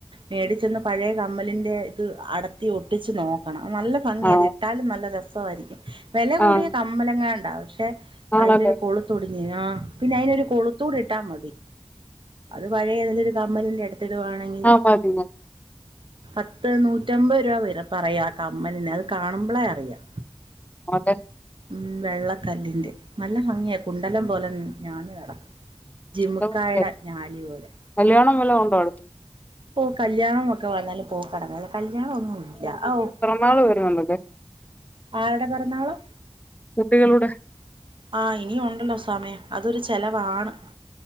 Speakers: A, on the right; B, on the left.
A: മേടിച്ചെന്ന് പഴയ കമ്മലിന്റെ ഇത് അടത്തി ഒട്ടിച്ചച്ച് നോക്ക നല്ല ഭംഗി
B: ആഹ്
A: അത് ഇട്ടാലും നല്ല രസമായിരിക്കും വില കൂടിയ
B: ആഹ്
A: കമ്മലങ്ങണ്ടാവും പക്ഷെ
B: ആണല്ലേ
A: അയിന്റെ ഒരു കൊളുത്തൂടിഞ്ഞ ആ പിന്നെ അയിന്രു കൊളുത്തൂടി ഇട്ടാ മതി അത് പഴയ ഏതെലും ഒരു കമ്മലിന്റെ എടുത്തുടുക ആണെങ്കിൽ
B: ആഹ് മതി മതി
A: പത്ത് നൂറ്റമ്പത് രൂപ വരപ്പ പറയാ കമ്മലിനെ അത് കാണുമ്പോളേ അറിയാം
B: അതെ
A: ഉം വെള്ളക്കല്ലിന്റെ നല്ല ഭംഗിയ കുണ്ടലം പോലെ ഞാന് കടക്കും
B: നല്ല
A: ജിമക്കാടെ
B: ഭംഗിയായിരിക്കും
A: ഞാനി പോലെ
B: കല്യാണം വല്ല കൊണ്ടോ അടുത്തത്
A: ഓഹ് കല്ല്യാണം ഒക്കെ വന്നാല പോ കടങ്ങല്ല കല്യാണന്നും ഇല്ലഓഹ്
B: നളെ വരു വല്ലത്
A: ആരുടെ പറന്നാളോ
B: കുട്ടികളുടെ
A: ആഹ് ഇനിയണ്ടല്ലോ സമയം അതൊരു ചെലവാണ്